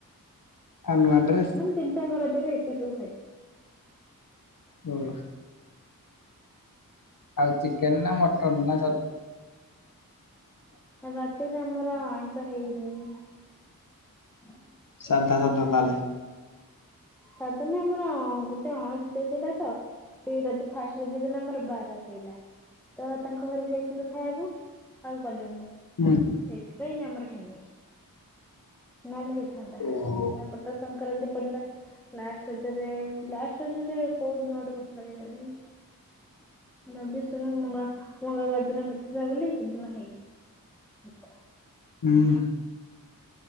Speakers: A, on the left (about 65°); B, in the centre.
A: ଆଉ ନୂଆ ଡ୍ରେସ।
B: ମାନେ ତିନିଟାଙ୍କ ରଜରେ ଏତିକି ସବୁ ଖାଇ।
A: କଣ ହେଲା। ଆଉ ଚିକେନ ନା ମଟନ୍ ନା ଛତୁ।
B: ରାଜ୍ୟରେ ଆମର ଆଇଁଷ ହେଇନି। ହଁ <inaudible>
A: ସାଧା ସାଧା ତାହେଲେ।
B: ସାଧା ନାହିଁ ଆମର ଗୋଟେ ଅଣସୁଧୀଆ ଥିଲା ତ। ସେଇ ରଜ ଫାଷ୍ଟ ରଜଦିନ ଆମର ବାର ପଇଲା। ତ ତାଙ୍କ ଘରକୁ ଯାଇଥାନ୍ତୁ ଖାଇବାକୁ ଆଉ ଗଲୁନି।
A: ହୁଁ।
B: ସେଇଥିପାଇଁ ଆମର ହେଇନି ନହଲେ ହେଇଥାନ୍ତା
A: ଓହୋ
B: ତାପରେ ତ ସଂକ୍ରାନ୍ତି। ପଡିଲା ଲାଷ୍ଟ ରଜରେ ଲାଷ୍ଟ ରଜରେ କୋଉଦିନ ଗୋଟେ ପଡିଥିଲା କେଜାଣି। ରବି ସୋମ ମଙ୍ଗଳ ମଙ୍ଗଳବାର ଦିନ ପଡିଥିଲା ବୋଲି ସେଦିନ ହେଇନି। ଆଛା।
A: ହୁଁ।